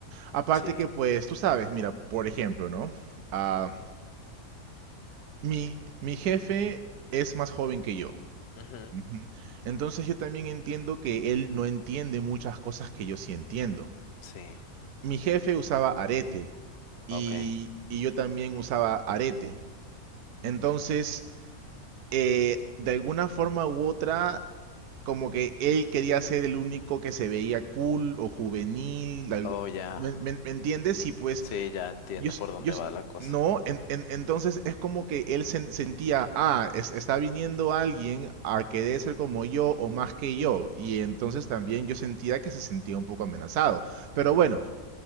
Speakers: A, on the right (about 85°); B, on the left (about 50°).
A: Aparte
B: sí.
A: que pues tú sabes, mira, por ejemplo, ¿no? Ah, mi, mi jefe es más joven que yo.
B: Ujú,
A: Ujú. Entonces yo también entiendo que él no entiende muchas cosas que yo sí entiendo.
B: sí.
A: Mi jefe usaba arete y,
B: Ok.
A: y yo también usaba arete. Entonces, eh, de alguna forma u otra, como que él quería ser el único que se veía cool o juvenil. al-
B: Oh, ya.
A: ¿Me, me- me entiendes? Y pues
B: Sí, ya entiendo
A: Yo, s-
B: por dónde
A: yo s-
B: va la cosa.
A: no, en- en- entonces es como que él sen- sentía, ah, es- está viniendo alguien a querer ser como yo o más que yo, y entonces también
B: Mm.
A: yo sentía que se sentía un poco amenazado. Pero bueno,